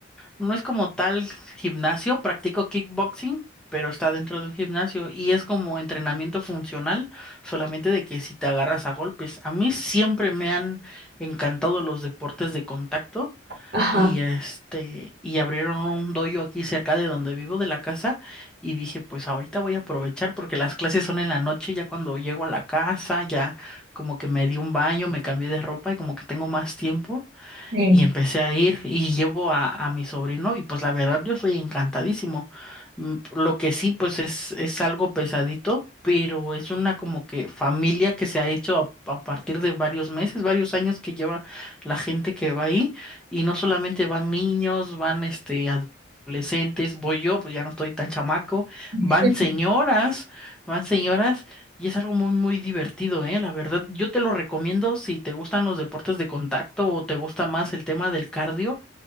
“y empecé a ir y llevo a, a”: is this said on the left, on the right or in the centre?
Centre